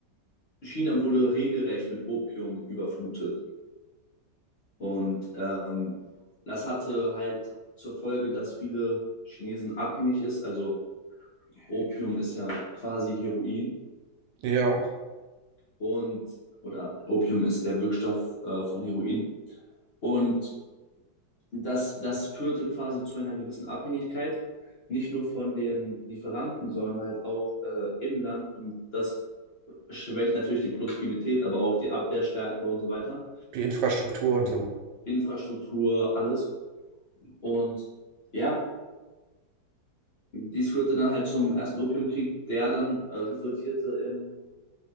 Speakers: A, on the left; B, on the right.
A: China wurde regelrecht mit Opium überflutet und ähm, das hatte halt zur Folge, dass viele Chinesen abhängig ist. Also Opium ist ja quasi Heroin.
B: Ja,
A: und oder Opium ist der Wirkstoff äh, von Heroin. Und das, das führte quasi zu einer gewissen Abhängigkeit, nicht nur von den Lieferanten, sondern halt auch äh, im Land. Und das schwächt natürlich die Produktivität, aber auch die Abwehrstärke und so weiter,
B: die Infrastruktur und so.
A: Infrastruktur, alles. Und ja, dies führte dann halt zum ersten Opiumkrieg, der dann äh, resultierte in